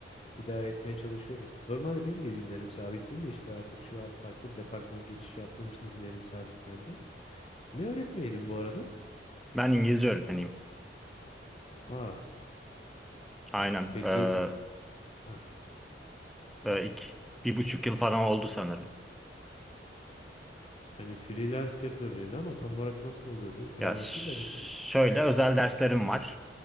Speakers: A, on the left; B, in the centre.
A: idare etmeye çalışıyorum. Normalde benim de izinlerim sabit değil de işte artık şu an farklı bir departmana geçiş yaptığım için izinlerim sabitlendi. Ne öğretmeyeydin bu arada?
B: Ben İngilizce öğretmeniyim.
A: Aa,
B: Aynen.
A: peki
B: Ee,
A: ha,
B: e, ilk bir buçuk yıl falan oldu sanırım.
A: hani freelance yapıyorum dedin ama tam olarak nasıl oluyordu? Freelance
B: Ya ş-
A: değil de hani sen...
B: şöyle
A: Hı,
B: özel derslerim var.